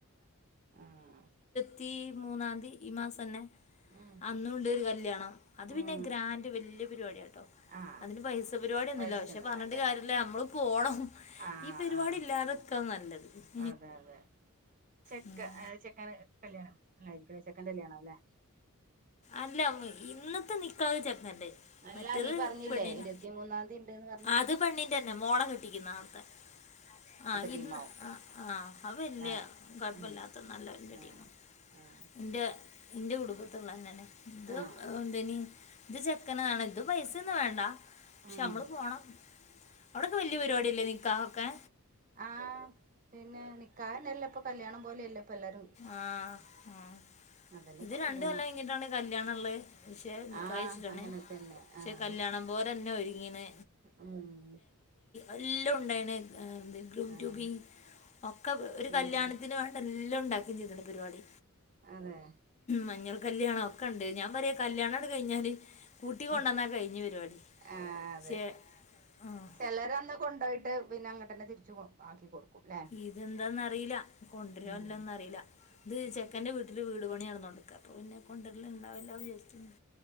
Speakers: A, on the right; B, on the left.
A: ആഹ്
B: ത്തി മൂന്നാംന്തി ഈ മാസന്നെ
A: ഉം
B: അന്നുണ്ട് ഒരു കല്യാണം അത്
A: ഉം
B: പിന്നെ ഗ്രാൻഡ് വല്ല്യ പരിപാടിയാട്ടോ
A: ആഹ്
B: അതിന്റെ പൈസ പരിപാടിയൊന്നുല്ല
A: പൈസയൊന്നും
B: പക്ഷെ പറഞ്ഞിട്ട്
A: വേണ്ടല്ലേ
B: കാര്യമല്ല നമ്മള് പോണം
A: ആഹ്
B: ഈ പരിപാടിയില്ലാത്ക്കാ
A: ആഹ്
B: നല്ലത് <unintelligible>
A: അതെ അതെ ചെക്ക
B: മ്
A: ചെക്കന് കല്യാണം ആരിക്ക ചെക്കന്റെ കല്യാണം ആവും അല്ലേ
B: അല്ല ഉമ്മി ഇന്നത്തെ നിക്കാഹ് ചെക്കന്റെ
A: അല്ലാ
B: മറ്റേത്
A: നീ പറഞ്ഞില്ലേ
B: പെണ്ണിന്
A: ഇരുപത്തിമൂന്നാംന്തി ഇണ്ട്ന്ന് പറഞ്ഞു
B: അത് പെണ്ണിൻ്റെ തന്നെ <unintelligible> ആ
A: ടീമാവും
B: ഇന്ന് ആ ആ അത് വല്യ
A: ആഹ്
B: കൊഴപ്പല്ലാത്ത
A: ഉം
B: നല്ല വല്ല്യ
A: ഉം
B: ടീമാ
A: ഉം
B: ന്റെ ന്റെ കുടുംബത്ത് <unintelligible>
A: ആഹ്
B: <unintelligible> എന്തേനി ഇത് ചെക്കനാണ് ഇത് പൈസ ഒന്നും വേണ്ട പക്ഷെ
A: ഉം
B: അമ്മള് പോണം അവിടൊക്കെ വല്യ പരിപാടിയല്ലേ നി കാവൊക്കെ
A: ആ പിന്നെ നിക്കാഹന്നെല്ലാം ഇപ്പൊ കല്യാണം പോലെയല്ലേ ഇപ്പൊ എല്ലാരും
B: ആ ആ
A: അതന്നെ
B: ഇത്
A: ഇപ്പൊ
B: രണ്ട്
A: കല്യാണം
B: കൊല്ലം കയിഞ്ഞിട്ടാണ് കല്യാണം ഇള്ളത് പക്ഷെ നിക്കാഹ്
A: ആഹ്
B: കഴിച്ചിട്ടാണ്
A: അങ്ങനെ തന്നെ
B: പക്ഷെ
A: ആഹ്
B: കല്യാണം പോലെ തന്നെ ഒരു ങ്ങി ഇങ്ങനെ
A: ഉം
B: എലോം ഉണ്ടായിനേ <unintelligible> ഗ്രൂമ്
A: ആഹ്
B: റ്റു ബി ഒക്കെ ഒരു
A: ഉം
B: കല്യാണത്തിന് വേണ്ട എ ലോം ഇണ്ടാ ഇനിയെന്തുണ്ട് പരിപാടി
A: അതെ
B: മഞ്ഞൾ കല്യാണം ഒക്കെണ്ട് ഞാ പറയാ കല്യാണിണ്ട് കഴിഞ്ഞാല് കൂട്ടി കൊണ്ടുവന്നാ
A: ഉം
B: കഴിഞ്ഞ് പരിപാടി
A: ആ
B: പക്ഷേ
A: അതെ
B: ആഹ്
A: ചെലരന്ന് കൊണ്ടോയ്ട്ട് പിന്നെ അങ്ങോട്ട്ന്നെ തിരിച്ചു കൊണ്ടോ ആക്കി കൊടുക്കും ല്ലേ
B: ഇതെന്താന്നന്ന്റിലാ കൊണ്ടുവരല്ലോന്നറീലാ
A: ഉം
B: ഇത്
A: ആഹ്
B: ചെക്കന്റെ വീട്ടില് വീ ഒരു പണി നടന്നോണ്ട്ക്കാ അപ്പൊ പിന്നെ കൊണ്ട്ര്ല്ണ്ടാവില്ലാ ന്ന് വിചാരിക്ക്ന്ന്